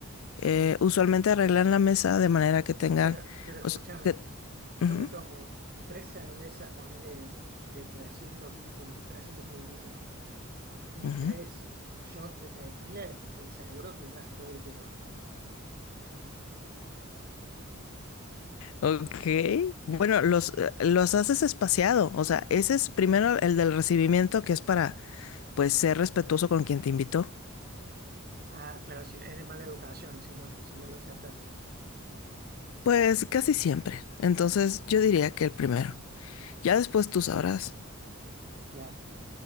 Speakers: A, on the left; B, on the right.
A: Eh, usualmente arreglan la mesa de manera que tengan...
B: Pero, pero escúchame,
A: o sea, que-
B: yo
A: Ujú,
B: me tomo tres cervezas, ponele de 300, lit- de 300 mililitros y
A: ujú.
B: tres shots de tequila, te aseguro que ya estoy, pero...
A: Ok. Bueno, los, eh, los haces espaciado. O sea, ese es primero el del recibimiento, que es para, pues, ser respetuoso con quien te invitó.
B: Ah, claro, si, es de mala educación, si no, si no lo aceptas.
A: Pues casi siempre. Entonces, yo diría que el primero. Ya después tú sabrás.
B: Claro,